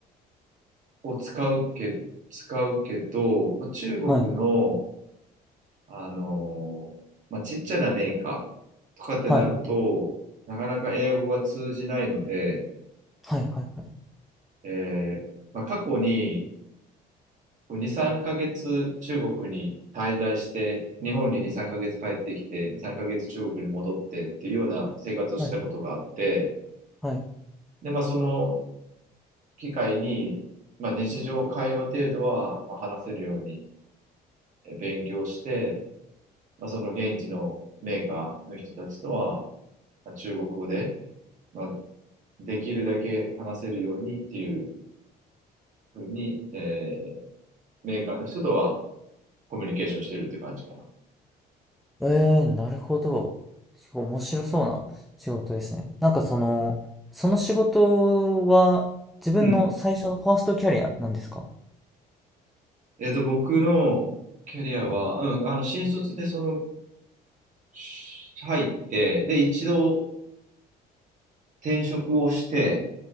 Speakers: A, on the right; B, in the centre.
A: を使うけ、使うけど、まあ、中国の、
B: はい。
A: あの、まあ、ちっちゃなメーカーとかってなると、
B: はい。
A: なかなか英語が通じないので、
B: はいはいは
A: えーまあ、過去にこう2、3ヶ月中国に滞在して、日本に2、3ヶ月帰ってきて、2、3ヶ月中国に戻ってっていうような生活をしたことがあって、
B: い。はい。はい。
A: で、まあ、その機会に、まあ、日常会話程度は、まあ、話せるようにえ勉強して、まあ、その現地のメーカーの人たちとは、まあ、中国語で、まあ、できるだけ話せるようにっていうふうに、えーメーカーの人とはコミュニケーションしてるって感じかな。
B: ええ、なるほど。すごい面白そうな仕事ですね。なんかその、その仕事は自分の最初のファーストキャリアなんですか
A: うん。えっと、僕のキャリアは、うん、あの、新卒でその、し入って、で、一度転職をして、